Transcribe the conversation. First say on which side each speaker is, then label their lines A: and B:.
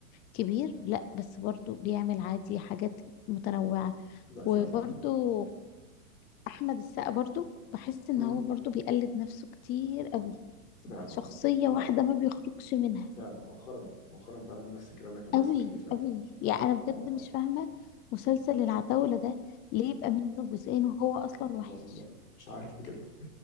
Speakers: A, on the left (about 20°); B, on the left (about 80°).
A: كبير لا بس برضه بيعمل عادي حاجات متنوعة
B: لا
A: وبرضه
B: فعلا
A: احمد السقا برضو بحس ان
B: امم
A: هو برضو بيقلد نفسه كتير قوي
B: فعلا
A: شخصية
B: فعلا
A: واحدة ما بيخرجش منها
B: فعلا مؤخرا مؤخرا فعلا نفس الكلام ده كان بيحصل
A: قوي
B: كتير فعلا
A: قوي يعني انا بجد
B: آه آه.
A: مش فاهمة مسلسل العتاولة ده ليه يبقى منه جزئين وهو اصلا وحش
B: والله مش عارف بجد